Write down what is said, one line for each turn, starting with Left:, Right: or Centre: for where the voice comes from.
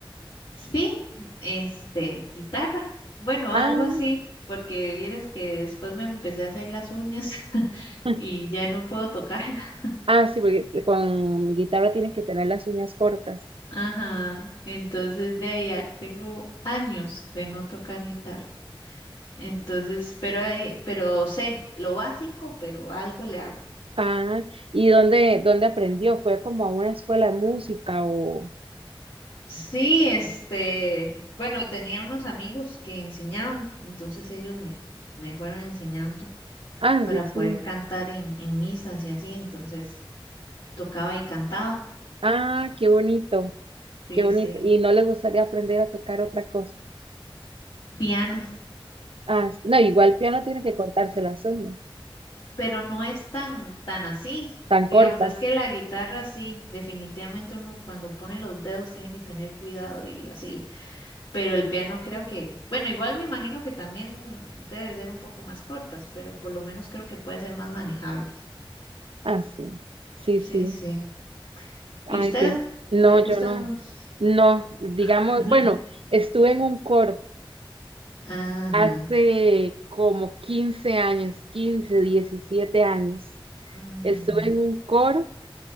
Left: Sí, este, guitarra. Bueno, algo
Right: Ah,
Left: así, porque vienes que después me empecé a hacer las uñas <laughs>
Right: <laughs>
Left: y ya no puedo tocarla. <laughs>
Right: ah, sí, porque con guitarra tiene que tener las uñas cortas.
Left: Ajá, entonces de ahí a- tengo años de no tocar guitarra. Entonces, pero ahí- pero sé lo básico, pero algo le hago.
Right: Ah, ¿y dónde, dónde aprendió? ¿Fue como a una escuela de música o...?
Left: Sí, este, bueno, tenía unos amigos que enseñaban, entonces ellos me, me fueron enseñando.
Right: Ah,
Left: para
Right: sí, sí.
Left: poder cantar en, en misas y así, entonces tocaba y cantaba.
Right: Ah, qué bonito.
Left: Sí,
Right: Qué bonito.
Left: sí.
Right: Y no le gustaría aprender a tocar otra cosa.
Left: Piano,
Right: Ah, sí. no, igual piano tiene que cortarse las uñas,
Left: pero no es tan, tan así.
Right: tan
Left: Digamos,
Right: cortas.
Left: es que la guitarra sí, definitivamente uno cuando pone los dedos tiene que tener cuidado y así, pero el piano creo que, bueno, igual me imagino que también debe ser un poco más cortas, pero por lo menos creo que puede ser más manejable.
Right: Ah, sí. Sí,
Left: Sí,
Right: sí.
Left: sí. ¿Y
Right: Ay,
Left: usted?
Right: que no,
Left: ¿Le gustan
Right: yo no.
Left: los?
Right: No, digamos,
Left: <laughs>
Right: bueno, estuve en un coro
Left: Ajá.
Right: hace como 15 años, 15 17 años.
Left: Ajá. mm,
Right: Estuve en un coro,